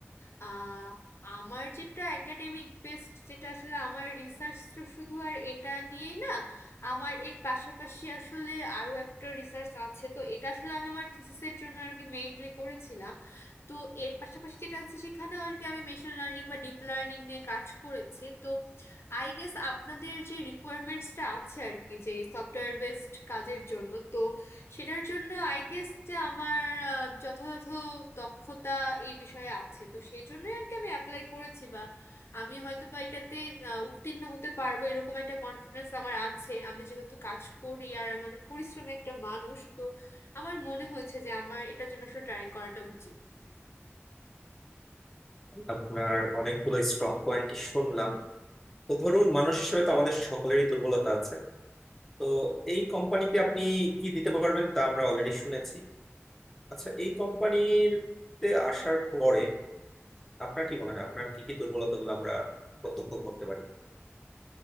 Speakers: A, on the left; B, in the centre.
A: আহ, আমার যেটা একাডেমিক বেসড যেটা আসলে আমার রিসার্চ তো শুধু আর এটা নিয়েই না আমার এর পাশাপাশি আসলে আরো একটা রিসার্চ আছে তো এটা আসলে আমি আমার থিসিসের জন্য আর কি মেইনলি করেছিলাম তো এর পাশাপাশি যেটা আছে সেখানেও আর কি আমি মেশিন লার্নিং বা ডিপ লার্নিং নিয়ে কাজ করেছি তো আই গেস আপনাদের যে রিকোয়ারমেন্টসটা আছে আর কি যে সফটওয়্যার বেসড কাজের জন্য তো সেটার জন্য আই গেস যে আমার আহ, যথাযথ দক্ষতা এই বিষয়ে আছে তো সেই জন্যই আর কি আমি অ্যাপ্লাই করেছি বা আমি হয়তো বা এটাতে আহ, উত্তীর্ণ হতে পারবো এরকম একটা কনফিডেন্স আমার আছে আমি যেহেতু কাজ করি আর আমি অনেক পরিশ্রমী একটা মানুষ তো আমার মনে হয়েছে যে আমার এটার জন্য আসলে ট্রাই করাটা উচিত
B: আপনার অনেকগুলো স্ট্রং পয়েন্ট শুনলাম তো ধরুন মানুষ হিসেবে তো আমাদের সকলেরই দুর্বলতা আছে তো এই কোম্পানিকে আপনি কি দিতে পারবেন তা আমরা অলরেডি শুনেছি আচ্ছা এই কোম্পানিতে আসার পরে আপনার কি মনে হয় আপনার কি কি দুর্বলতাগুলো আমরা প্রত্যক্ষ করতে পারি